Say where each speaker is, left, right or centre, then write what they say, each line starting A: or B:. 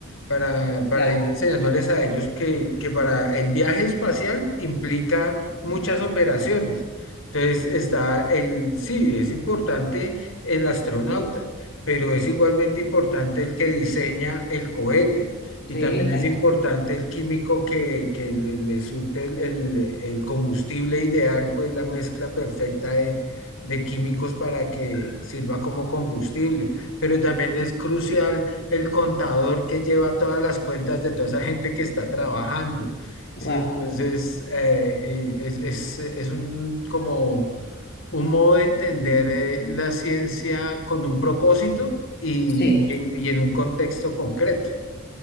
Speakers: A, on the left (about 65°); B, on the left (about 50°).
A: para, para
B: ya,
A: ir enseñándoles a ellos que, que para el viaje espacial implica muchas operaciones. Entonces está el, sí, es importante el astronauta, pero es igualmente importante el que diseña el cohete y
B: sí,
A: también
B: tanto.
A: es importante el químico que, que le, le surte el, el- el combustible ideal, pues la mezcla perfecta de, de químicos para que sirva como combustible. Pero también es crucial el contador que lleva todas las cuentas de toda esa gente que está trabajando. Sí,
B: Wow,
A: entonces eh, eh, es, es- es un, como un modo de entender eh, la ciencia con un propósito y
B: sí,
A: y en y en un contexto concreto.